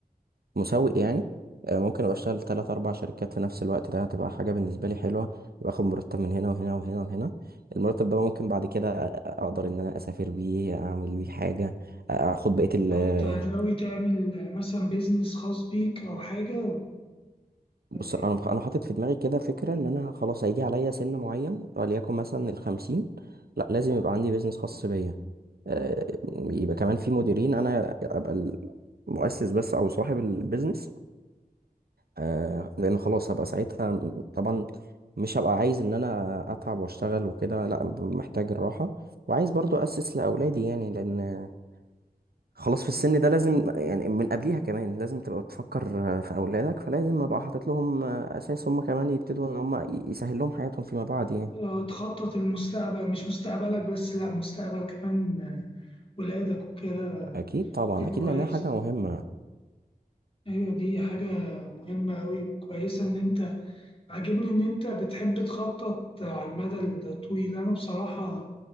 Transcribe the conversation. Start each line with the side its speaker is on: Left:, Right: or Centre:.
Right: مسوق يعني آه، ممكن ابقى اشتغل تلات اربع شركات في نفس الوقت ده هتبقى حاجه بالنسبه لي حلوه باخد مرتب من هنا وهنا وهنا وهنا المرتب ده ممكن بعد كده أ- اقدر ان انا اسافر بيه اعمل بيه حاجه اخد بقيه ال
Left: طب
Right: آه،
Left: أنت ناوي تعمل مثلا بيزنس خاص بيك أو حاجة
Right: بص
Left: ولا إيه؟
Right: انا مخ- انا حاطط في دماغي كده فكره ان انا خلاص هيجي عليا سن معين وليكن مثلا الخمسين لا لازم يبقى عندي بيزنس خاص بيا آه، يبقى كمان في مديرين انا ابقى المؤسس بس او صاحب البيزنس آه لان خلاص هبقى ساعتها م- طبعا مش هبقى عايز ان انا اتعب واشتغل وكده لا ب- محتاج الراحه وعايز برضو اسس لاولادي يعني لان خلاص في السن ده لازم يعني من قبليها كمان لازم تبقى بتفكر آه، في اولادك فلازم ابقى حاطط لهم آه، اساس هم كمان يبتدوا ان هم ي- يسهل لهم حياتهم فيما بعد يعني
Left: آه، تخطط المستقبل مش مستقبلك بس لا مستقبل كمان آه، ولادك وكده
Right: اكيد طبعا
Left: ده كويس
Right: اكيد لانها حاجه مهمه
Left: ايوه دي حاجة مهمة أوي وكويسة إن أنت عاجبني إن أنت بتحب تخطط آه، على المدى الطويل أنا بصراحة